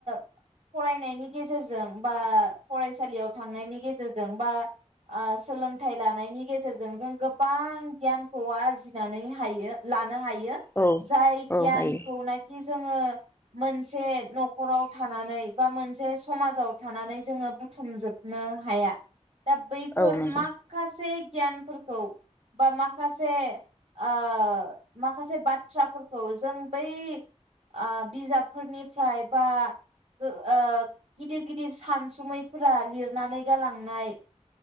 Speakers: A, on the right; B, on the left.
A: फरायनायनि गेजेरजों बा फरायसालियाव थांनायनि गेजेरजों बा सोलोंथाइ लानायनि गेजेरजों जों गोबां गियानखौ आरजिनानै -लानो हायो
B: औ
A: जाय
B: औ
A: गियानखौ
B: हायो
A: नखि जोङो मोनसे नखराव थानानै बा मोनसे समाजाव थानानै जोङो बुथुमजोबनो हाया दा बैफोर
B: औ नंगौ
A: माखसे गियानफोरखौ बा माखासे ओ माखासे बाथ्राफोरखौ जों बै ओ बिजाबफोरनिफ्राय बा ओ गिदिर गिदिर सानसुमैफोरा लिरनानै गालांनाय